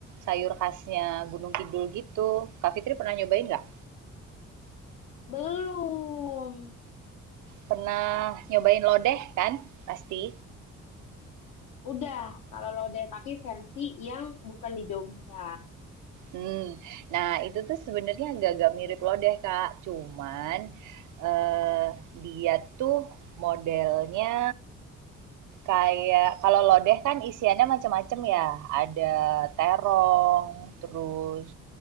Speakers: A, on the right; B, on the left.
A: sayur khasnya Gunung Kidul gitu. Kak Fitri pernah nyobain nggak?
B: belum
A: Pernah nyobain lodeh kan? Pasti.
B: Udah, kalau lodeh, tapi versi yang bukan di Jogja.
A: Hmm. Nah, itu tuh sebenarnya agak-agak mirip lodeh, Kak. Cuman, eee, dia tuh modelnya Kayak kalau lodeh kan isiannya macem-macem ya, ada terong, terus